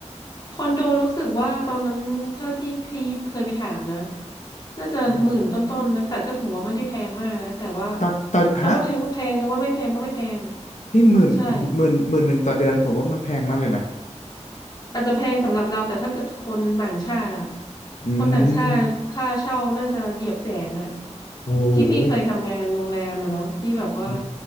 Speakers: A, on the left (about 35°); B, on the left (about 80°).
A: คอนโดรู้สึกว่าตอนนั้นถ้าที่พี่เคยไปถามนะน่าจะหมื่นต้นๆนะแต่ก็ถือว่าไม่ได้แพงมากนะแต่ว่า
B: นะครับต่อต่อฮะ
A: จะว่าแพงก็แพงจะว่าไม่แพงก็ไม่แพง
B: พี่หมื่น
A: ใช่
B: <laughs> หมื่นหมื่นหนึ่งต่อเดือนผมว่ามันแพงมากเลยนะ
A: อาจจะแพงสำหรับเราแต่ถ้าเกิดคนต่างชาติอะ
B: อื
A: คนต่างชาติค่าเช่าน่าจะเหยียบแสนอะ
B: มโอ้โห
A: ที่พี่เคยทำงานโรงแรมอะเนาะที่แบบว่า
B: อื